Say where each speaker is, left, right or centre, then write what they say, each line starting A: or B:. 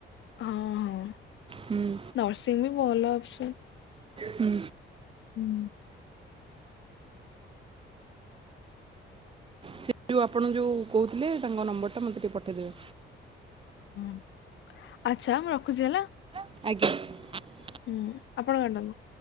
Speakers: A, on the left; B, on the right.
A: ହଁ ହଁ
B: ହୁଁ
A: ନର୍ସିଂ ବି ଭଲ ଅପସନ୍
B: ହୁଁ
A: ହୁଁ
B: ସେ ଯେଉଁ ଆପଣ ଯେଉଁ କହୁଥିଲେ ତାଙ୍କ ନମ୍ବରଟା ମୋତେ ଟିକେ ପଠେଇଦେବେ
A: ହୁଁ ଆଛା ମୁଁ ରଖୁଛି ହେଲା
B: ଆଜ୍ଞା
A: ହୁଁ ଆପଣ କାଟନ୍ତୁ।